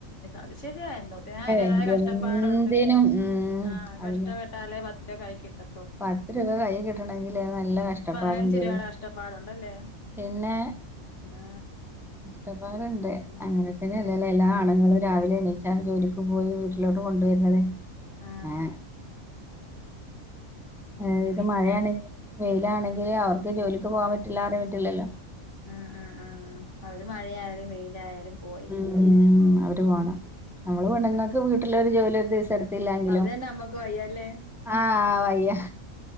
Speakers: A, on the left (about 60°); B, in the centre.
A: അത് ശരിയ എന്തോ തിനായാലും അൻ്റേതായ
B: എന്തിനും
A: കഷ്ടപ്പാടുണ്ട്
B: ഉം
A: ആഹ്
B: അതന്നെ.
A: കഷ്ട ട്ടാലെ പത്ത് രൂപ കയ്യി കിട്ടു.
B: പത്ത് രൂപ കൈ കിട്ടണമെങ്കില് നല്ല കഷ്ടപ്പാടുണ്ട്
A: പതിനഞ്ച് രൂപയുടെ കഷ്ടപ്പാടുണ്ടല്ലേ
B: പിന്നെ
A: ആ
B: കഷ്ടപ്പാടുണ്ട്
A: ഉം
B: അങ്ങനെ തന്നെയല്ലല്ലോ
A: ഉം
B: എല്ലാ ആണുങ്ങളും രാവിലെ എണീച്ചാ ജോലിക്ക് പോയി വീട്ടിലോട്ട് കൊണ്ടുവരുന്നത്
A: ആ
B: ഏ ഏ ഇത്
A: പിന്നെ
B: മഴയാണെങ്കിലും വെയിലാണെങ്കിൽ അവർക്ക് ജോലിക്ക് പോകാൻ പറ്റില്ല അറിയൻ പറ്റില്ലല്ലോ
A: ഉം ഉം ഉം ഉ അവര് മഴയായാലും വെയിലായാലും പോയി
B: ഉ അവര് പോകണം നമ്മള് പെണ്ണുങ്ങക്ക് വീട്ടുള്ള ഒരു ജോലി ഉദ്ദേ എടുത്തില്ലാങ്കി
A: അതെന്നെ നമ്മക്ക് വയ്യല്ലേ
B: ആഹ് വയ്യ